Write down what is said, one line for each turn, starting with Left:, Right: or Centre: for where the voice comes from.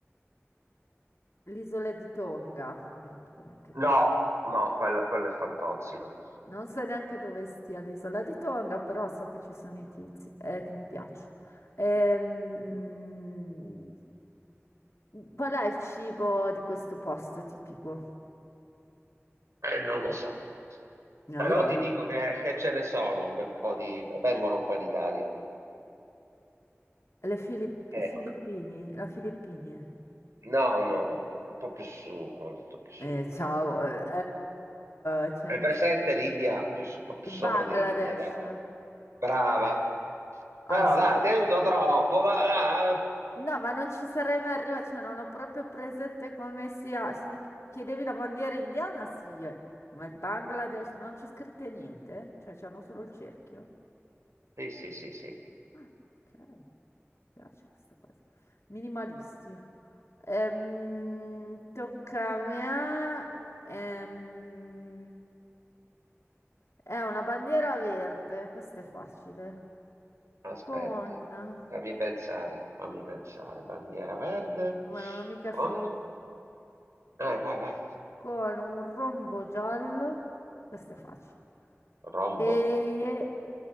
Left: L'isola di Tonga, che non so neanche dove
Right: No, no, quello, quello è Fantozzi, no.
Left: Non so neanche dove stia l'isola di Tonga, però so che ci sono i tizi, eh, che mi piace. Ehm, Qual è il cibo di questo posto tipico?
Right: Eh, non lo so.
Left: Allora,
Right: Però ti dico che, che ce ne sono un bel po' di... Vengono qua in Italia.
Left: le Filip-
Right: Eh,
Left: i filippini, la Filippini.
Right: no, no, no. Un po' più su, molto più su.
Left: Eh, ciao, eh, eh, ce
Right: È
Left: ne
Right: presente
Left: so-
Right: l'India, più, su- un po' più
Left: il
Right: sopra
Left: Bangladesh.
Right: dell'India, dai. Brava. Però
Left: Ah sì?
Right: dai, ti aiuto troppo, ma... ah.
Left: No, ma non ci sarei mai arrivata, cioè non ho proprio presente come sia. Se mi chiedevi la bandiera indiana, sì, eh. ma il Bangladesh, ma non c'è scritto niente? Cioè c'hanno solo il cerchio?
Right: Sì, sì, sì, sì.
Left: Ah, ok, mi piace questa cosa. Minimalisti. Ehm, tocca a me. Ehm, è una bandiera verde, questa è facile.
Right: Aspetta,
Left: Con...
Right: fammi pensare, fammi pensare. Bandiera verde
Left: Ma non ho mica
Right: con...
Left: finito.
Right: Eh, vai, vai.
Left: con un rombo giallo, questo è facile,
Right: Rombo.
Left: e